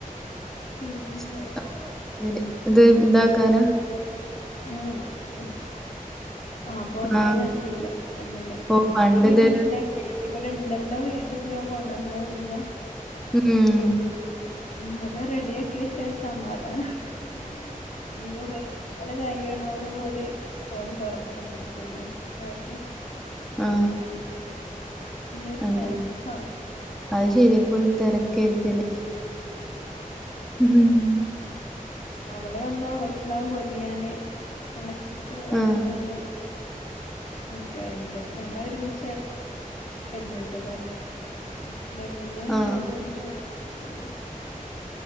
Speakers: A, on the left; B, in the centre.
A: പിന്നെ
B: സ്റ്റപ്ളേയർ ഇത് എന്താക്കാനാ
A: ആഹ് ആ പൊതിയണ
B: ആഹ്
A: ഇതില്ലേ കണ്ണില്ല
B: ഓ പണ്ട്
A: എന്റെ വീട്ടിൽ
B: ഇതൊരു
A: ഇണ്ടെങ്കി ഞാൻ ഇവിടെണ്ടല്ലോ കരുതീട്ട് ഞാൻ കൊണ്ടന്നതും ഇല്ല്യ
B: ഉം
A: അ പൊതിയാനാ അത് റെഡി ആക്കി വെചാ ഒരു സമാധാനമാണ് ഇഞ്ഞിപ്പോ നാള് കയ്യണോട് കൂടി സ്കൂളും തൊ റക്കും പിറ്റേ ദിവസൊക്കായിട്ട്
B: ആ
A: മ് പിന്നെരു
B: അങ്ങനെ
A: തെരക്കാവും
B: അത് ശരിയാ ഫുൾ തെരക്കയര്ക്കും ഇനി ഹുഹുമ്
A: അവള് വന്നാ അവൾക്ക്ണ്ടാവും പൊതിയാന് എളച്ചിക്ക് അവൾക്ക്
B: ആ
A: മൂന്ന് കുട്ടികളുണ്ട് ഞങ്ങള് ഒരുമിചായ്ര് ന്ന്ട്ടാ കല്യാണം ഹസ്ബൻറിന്റെയും
B: ആ
A: ബ്രദറിന്റെയും ഒരു പെങ്ങളുണ്ട്.